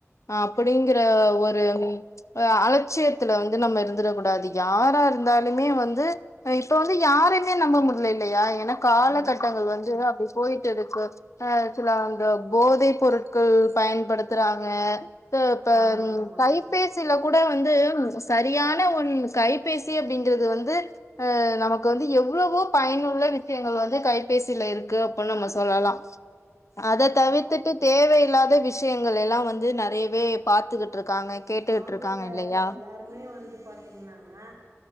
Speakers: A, on the left; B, on the right.
A: அப்டிங்குற ஒரு ம் அ அலட்சியத்துல வந்து நம்ம இருந்துடகூடாது யாரா இருந்தாலுமே வந்து அ இப்ப வந்து யாரையுமே நம்ப முடியல இல்லையா ஏன்னா காலகட்டங்கள்
B: ஆமாங்க
A: வந்து அப்டி போயிட்டுருக்கு ஆ சில அந்த போதை பொருட்கள் பயன்படுத்துறாங்க த்து இப்ப
B: ஆமா
A: ம்
B: ஆமா
A: கை பேசில கூட வந்து சரியான ஒன் கைபேசி அப்டிங்கறது வந்து ஆ நமக்கு வந்து எவ்ளோவோ பயனுள்ள விஷயங்கள் வந்து கைபேசியில இருக்கு அப்புன்னு நம்ம சொல்லலா அத
B: ஆமா
A: தவிர்த்துட்டு தேவையில்லாத விஷயங்கள் எல்லாம் வந்து நெறையவே பாத்துகிட்டு இருக்காங்க கேட்டுக்கிட்டு
B: மார்னிங்
A: இருக்காங்க
B: எல்லாத்
A: இல்லையா
B: எல்லாமே வந்து பாத்தீங்கன்னாங்க